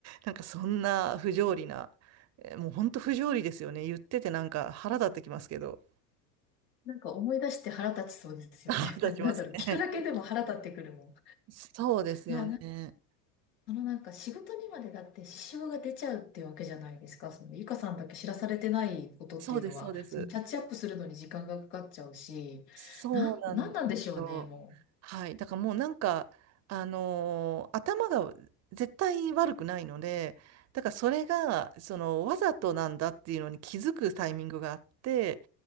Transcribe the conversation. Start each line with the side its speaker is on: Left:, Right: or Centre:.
Right: なんかそんな不条理な、えーもう本当不条理ですよね。言っててなんか腹立ってきますけど。
Left: なんか思い出して腹立ちそうですよね。
Right: <laughs> 腹立ちますね。
Left: なんかなんだろう、聞くだけでも腹立ってくるもん。
Right: <laughs> そうですよね。
Left: いや、あのなんか仕事にまでだって支障が出ちゃうっていうわけじゃないですか。そのゆかさんだけ知らされてないことっていうのは、
Right: そうです、そうです。
Left: そのキャッチアップするのに時間がかかっちゃうし、
Right: そうなんですよ。
Left: なん、なんなんでしょうね、もう。
Right: はい。だからもうなんか、あのー頭が絶対悪くないので、だからそれが、その、わざとなんだっていうのに気づくタイミングがあって、